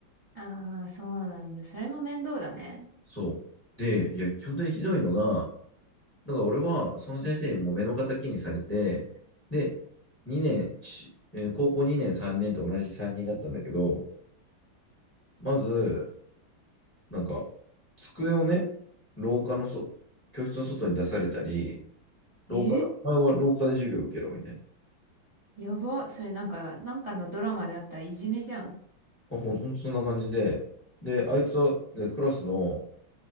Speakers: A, on the right (about 20°); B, on the left (about 20°).
A: ああ、そうなんだ。それも面倒だね。
B: そう。で、いや、本当にひどいのが、だから俺はその先生にもう目の敵にされて、で、2年、ちえー高校2年、3年と同じ3人だったんだけど、まず、なんか、机をね、廊下のそ、教室の外に出されたり、廊下で、
A: え
B: お前は廊下で授業を受けろみたいな。
A: やば。それなんか、なんかのドラマであったいじめじゃん。
B: あ、ほん、ほんとそんな感じで、で、あいつは、で、クラスの